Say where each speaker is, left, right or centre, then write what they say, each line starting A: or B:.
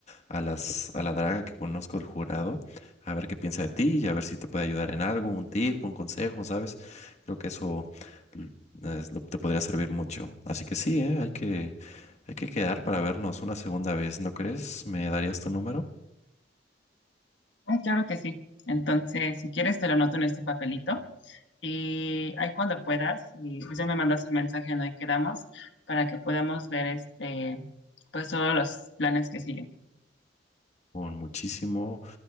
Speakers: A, on the left; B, on the left.
A: a las a la draga que conozco del jurado, a ver qué piensa de ti y a ver si te puede ayudar en algo, un tip, un consejo, ¿sabes? Creo que eso l- es lo- te podría servir mucho. Así que sí, ¿eh? Hay que hay que quedar para vernos una segunda vez, ¿no crees? ¿Me darías tu número?
B: Ay, claro que sí. Entonces, si quieres, te lo anoto en este papelito. Y ahí cuando puedas, y pues ya me mandas el mensaje en hoy quedamos para que podamos ver este, pues todos los planes que siguen.
A: Con muchísimo